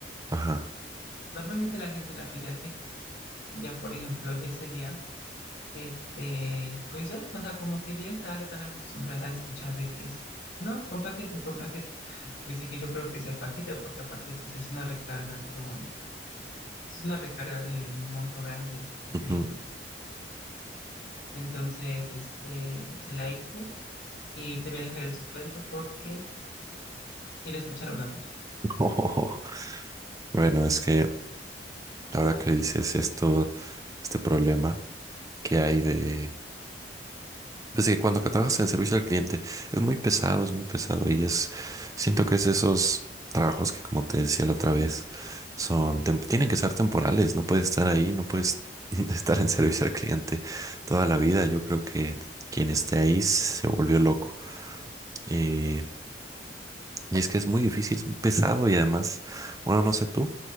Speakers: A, on the right; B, on the left.
A: Ajá.
B: Normalmente la gente la pide así. Y ya, por ejemplo, yo ese día, este, pues ya, o sea, como que yo ya estaba tan acostumbrada a escuchar de que es, no, con paquete, con paquete. Pues dije, yo creo que es en paquete, porque aparte, pues es una recarga con, es una recarga de un monto grande, de quinientos
A: Ujú.
B: Entonces, este, se la hice y te voy a dejar en suspenso porque Quiero escuchar una tuya.
A: <laughs> Bueno, es que Ahora que dices esto, este problema que hay de... Pues que cuando que trabajas en servicio al cliente es muy pesado, es muy pesado y es... Siento que es esos trabajos que, como te decía la otra vez, son... tem- tienen que ser temporales, no puedes estar ahí, no puedes <laughs> estar en servicio al cliente toda la vida. Yo creo que quien esté ahí se volvió loco. Y, y es que es muy difícil, es muy pesado y además, bueno, no sé tú,